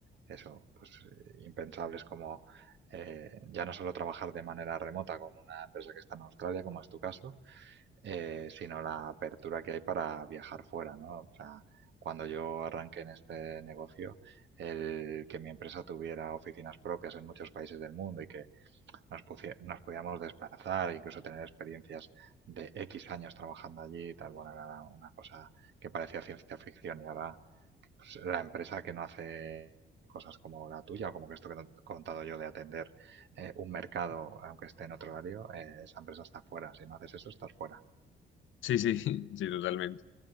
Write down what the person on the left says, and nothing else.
Sí, sí, <laughs> sí, totalmente.